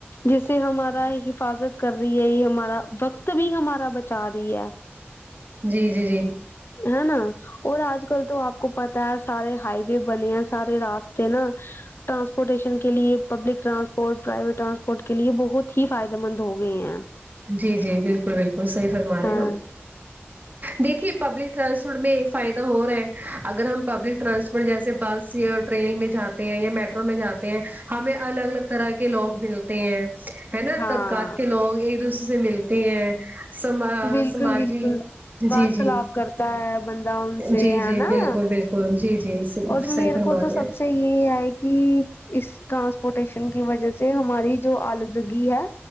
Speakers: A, on the left (about 60°); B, on the right (about 45°).
A: جسے ہمارا حفاظت کر رہی ہے یہ ہمارا وقت بھی ہمارا بچا رہی ہے
B: جی جی جی
A: ہے نا اور آج کل تو آپ کو پتا ہے سارے ہائی وے بنے ہیں سارے راستے نا ٹرانسپورٹیشن کے لیے پبلک ٹرانسپٹ ٹ پرائیویٹ ٹرانسپورٹ کے لیے بہت ہی فائدے مند ہو گئے ہیں
B: جی جی بالکل بالکل صحیح فرما رہے
A: ہاں
B: ہیں ہم دیکھیے پبلک ٹرانسپورٹ میں ایک فائدہ ہو رہے اگر ہم پبلک ٹرانسپورٹ جیسے بس یا ٹرین میں جاتے ہیں یا میٹرو میں جاتے ہیں ہمیں الگ الگ طرح کے لوگ ملتے ہیں ہے نا
A: ہاں
B: طبقات کے لوگ ایک دوسرے سے ملتے ہیں سما
A: بالکل
B: سماجی
A: بالکل وارتالپ
B: جی جی
A: کرتا ہے بندہ ان سے
B: جی
A: ہے
B: جی
A: نا
B: بالکل بالکل جی جی صحیح
A: اور میرے
B: فرما
A: کو تو
B: رہے
A: سب
B: ہیں
A: سے یہ ہے کہ اس ٹرانس روٹیشن کی وجہ سے ہماری جو آلودگی ہے